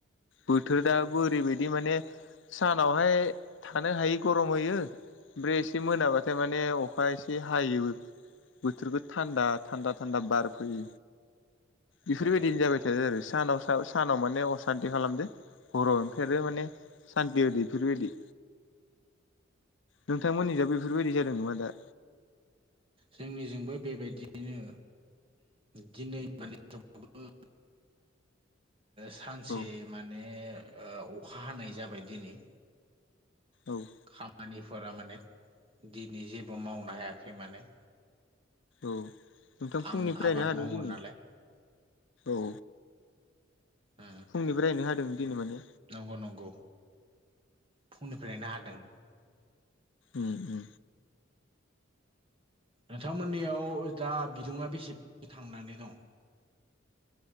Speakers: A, on the left; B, on the right.
A: बोथोर दाबो ओरैबायदि माने सानावहाय थानो हायि गरम होयो ओमफ्राय एसे मोनाबाथाय माने अखा एसे हायोबो बोथोरखौ थान्दा थान्दा थान्दा बारफैयो बेफोरबायदिनो
B: ओ ओ
A: जाबाय ओै सानाव सानाव माने असान्थि खालामदो हराव ओमफ्राय आरो माने सान्थि बदै बेफोरबायदि नोंथांमोननि द बेफोरबायदि जादों नामा दा
B: जोंनिजोंबो बेबायदियैनो दिनै माने समावबो सानसे
A: औ
B: माने अखा हानाय जाबाय दिनै
A: औ।
B: खामानिफोरा माने दिनै जेबो मावनो हायाखै माने
A: औ नोंथां
B: आं
A: फुंनिफ्रायनो
B: आबाद
A: हादों
B: मावो
A: दिनै
B: नालाय
A: औ
B: उ
A: फुंनिफ्रायनो हादों दिनै माने
B: नंगौ नंगौ। फुंनिफ्रायनो हादों
A: उ उ
B: नोंथांमोननियाव दा बिदुङा बेसे थांनानै दं